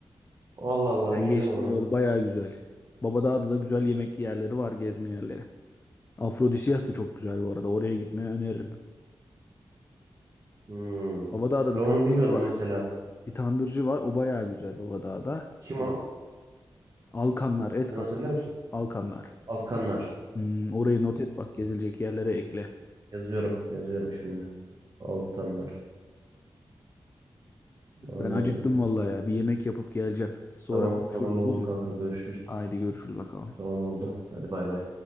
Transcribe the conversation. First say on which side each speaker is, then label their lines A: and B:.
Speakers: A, on the right (about 45°); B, on the left (about 25°).
A: Allah Allah
B: Ben
A: bilmiyordum
B: geçtim
A: onu.
B: o yolu bayağı güzel. Babadağ'da da güzel yemek yerleri var, gezme yerleri. Afrodisiyas da çok güzel bu arada. Oraya gitmeni öneririm.
A: Hmm.
B: Babadağ'da
A: Ben
B: bir
A: onu
B: tandırcı
A: bilmiyordum
B: var.
A: mesela.
B: Bir tandırcı var. O bayağı güzel Babadağ'da.
A: Kim
B: Yani
A: o?
B: Alkanlar,
A: Adını
B: et kasap.
A: hatırlıyor musun?
B: Alkanlar.
A: Alkanlar.
B: Hmm, orayı not et bak gezilecek yerlere ekle.
A: Yazıyorum. Yazıyorum şimdi. Altanlar. Anladım.
B: Ben acıktım vallahi ya. Bir yemek yapıp geleceğim. Sonra
A: Tamam.
B: konuşuruz
A: Tamam
B: olur
A: oldu
B: mu?
A: kanka. Görüşürüz.
B: Haydi görüşürüz bakalım.
A: Tamam oldu. Hadi bay bay.